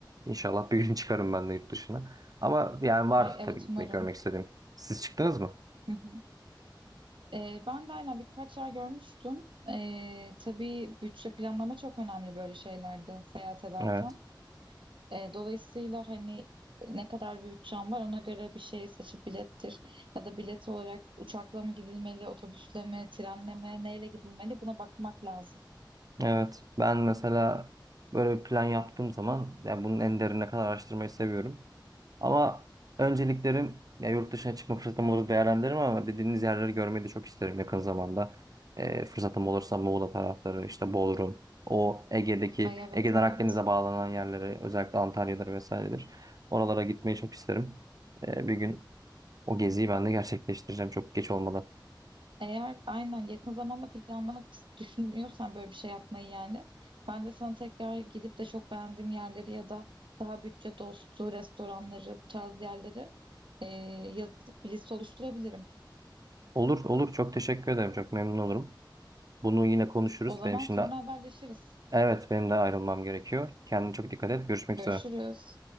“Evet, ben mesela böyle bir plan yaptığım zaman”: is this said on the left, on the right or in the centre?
Right